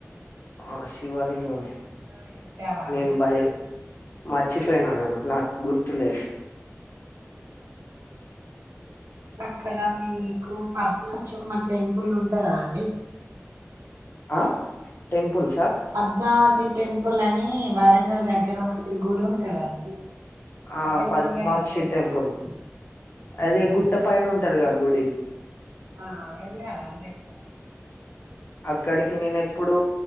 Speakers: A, on the left (about 45°); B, on the right (about 70°).
A: ఆ శివలింగము
B: మేము ఎప్పుడో వెళ్ళామండి
A: నేను భయ్ మర్చిపోయినా నేన్ నాకు గుర్తులేదు
B: ఇ అక్కడ మీకు పద్మాక్షమ్మ టెంపుల్ ఉంటందా అండి
A: అ టెంపుల్
B: పద్మావతి టెంపుల్ అని వరంగల్ దగ్గర ఒకటి గుడి ఉంటదండి
A: ఆ
B: అక్కడికి
A: పద్మాక్షి
B: వెళ్ళారా అండి ఎప్పుడన్నా
A: టెంపుల్ అదే
B: ఆ
A: గుట్ట పైన ఉ టరుగా గుడి
B: ఆ వెళ్ళారా అండి ఎప్పుడన
A: అక్కడికి నేను ఎప్పుడు